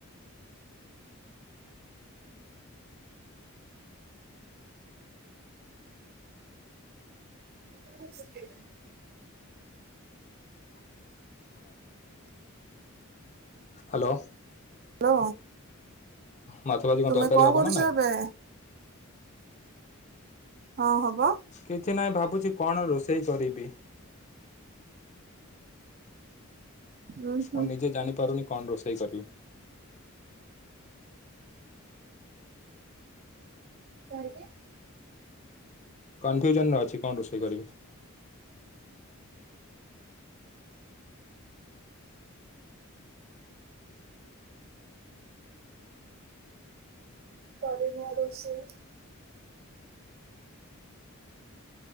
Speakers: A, on the right; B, on the left.
A: <inaudible>
B: <inaudible> ହାଲୋ।
A: ହାଲୋ
B: ମାଛ ଭାଜି
A: ତୁମେ
B: ତରକାରୀ
A: କଣ
B: ହବ
A: କରୁଛ
B: ନା ନାଇଁ
A: ଏବେ? ହଁ ହବ।
B: କିଛି ନାହିଁ ଭାବୁଛି କଣ ରୋଷେଇ କରିବି।
A: ଉଁ ହୁଁ।
B: ମୁଁ ନିଜେ ଜାଣିପାରୁନି କଣ ରୋଷେଇ କରିବି।
A: କାହିଁକି?
B: କନଫ୍ୟୁଜନରେ ଅଛି କଣ ରୋଷେଇ କରିବି।
A: କରୁନ ରୋଷେଇ।